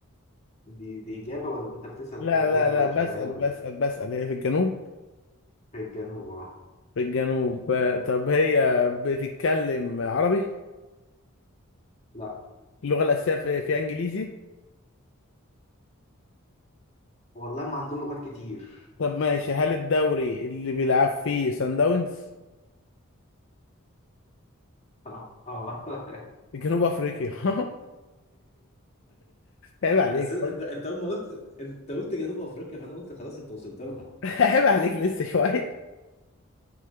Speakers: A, on the left (about 30°); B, on the left (about 60°).
A: دي دي إجابة ولا دي أنت بتسأل
B: لا
A: في جنوب
B: لا
A: ولا
B: لا بسأل
A: شمال ولا
B: بسأل
A: في
B: بسأل هي في الجنوب
A: الجنوب أه
B: في الجنوب آه، طب هي بتتكلم عربي
A: لا
B: اللغة الأساسية في في انجليزي
A: والله ما عندهم لغات كتير
B: طب ماشي هل الدوري اللي بيلعب فيه سان داونز
A: <laughs> أه <laughs>
B: في جنوب افريقيا <laughs> عيب عليك
A: أساس انت
B: برضه
A: انت اول ما قلت انت قلت جنوب افريقيا فانا قلت خلاص انت وصلت لها
B: <laughs> عيب عليك لسه شوية